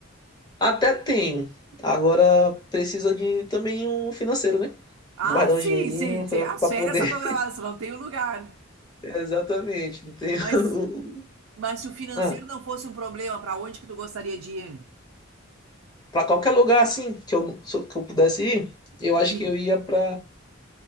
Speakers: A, on the left; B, on the right.
A: Até tenho. Agora precisa de também um financeiro, né?
B: Ah,
A: Guardar
B: sim,
A: um dinheirinho
B: sim,
A: pra,
B: sim. As
A: pra
B: férias
A: poder.
B: estão programadas, só não tem o lugar.
A: <laughs> Exatamente. Não tenho.
B: Mas,
A: <laughs>
B: mas se o financeiro
A: Ah,
B: não fosse um problema, para onde que tu gostaria de ir?
A: pra qualquer lugar assim que eu, so- que eu pudesse ir, eu acho
B: Sim,
A: que eu ia pra.